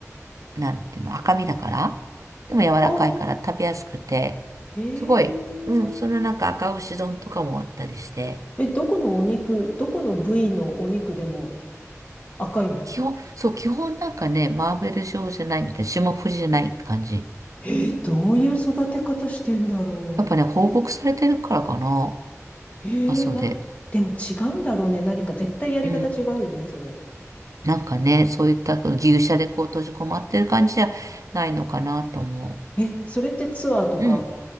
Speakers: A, on the right; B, on the left.
A: う、なんていうの、赤身だから、でも柔らかいから食べやすくて、
B: あ、ええ
A: すごい、うん、そのなんか赤牛丼とかもあったりして、
B: え、どこのお肉、どこの部位のお肉でも赤いの
A: 基本、そう、基本なんかね、マーベル状じゃないみたいな、霜降りじゃないって感じ。
B: ええどういう育て方してんだろ
A: やっぱね、放牧されてるからかな、
B: う。ええなん、
A: 阿蘇で。
B: でも違うんだろうね。何か絶対やり方違うよね、
A: うん。
B: それ。
A: なんかね、そういった牛舎でこう閉じこまってる感じじゃないのかなと思
B: え、それってツアーとか
A: う。うん、